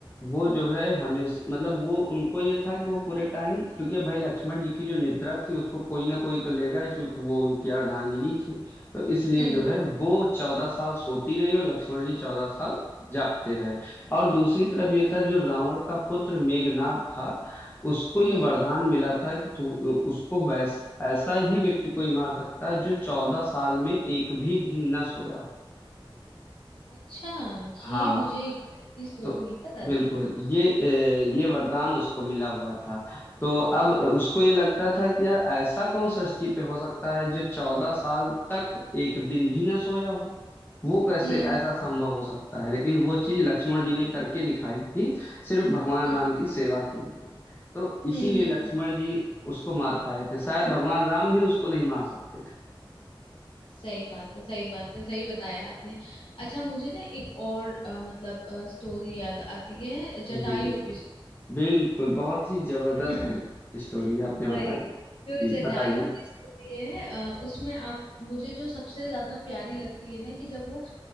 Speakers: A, on the left; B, on the left.
A: वो जो है हमेशा मतलब वो उनको ये था कि वो पूरे टाइम क्योंकि भाई लक्ष्मण जी की जो निद्रा थी उसको कोई ना कोई तो लेगा ही क्योंकि वो उनकी अर्धांगिनी थी तो इसलिए
B: हम्म
A: जो है वो चौदह साल सोती रही और लक्ष्मण जी चौदह साल जागते रहे और दूसरी तरफ ये था जो रावण का पुत्र मेघनाद था उसको ये
B: हम्म
A: वरदान मिला था कि तू उसको वैस ऐसा ही व्यक्ति कोई मार सकता है जो चौदह साल में एक भी दिन न सोया
B: अच्छा
A: हाँ
B: ये मुझे एग्जैक्टली स्टोरी
A: तो
B: नहीं पता
A: बिल्कुल
B: थी
A: ये ए, ये वरदान उसको मिला हुआ था तो अब उसको ये लगता था कि यार ऐसा कौन सृष्टि पे हो सकता है जो चौदह साल तक एक दिन भी ना सोया हो वो कैसे
B: हम्म
A: ऐसा संभव हो सकता है लेकिन वो चीज लक्ष्मण जी ने करके दिखाई थी सिर्फ भगवान
B: हम्म
A: राम की सेवा के लिए तो इसीलिए
B: हम्म हम्म
A: लक्ष्मण
B: हम्म,
A: जी उसको मार पाए थे शायद भगवान राम भी उसको नहीं मार सकते
B: सही बात है सही बात है सही बताया आपने अच्छा मुझे ना एक और अ, मतलब स्टोरी याद आती है
A: जी
B: जटायु
A: बिल्कुल
B: की स्टोरी
A: बिल्कुल बहुत ही जबरदस्त
B: <laughs>
A: स्टोरी आपने
B: वही
A: बताई
B: जो
A: जी
B: जटायु
A: बताइए
B: की स्टोरी है अ, उसमें आप मुझे जो सबसे ज्यादा प्यारी लगती है ना कि जब वो अ,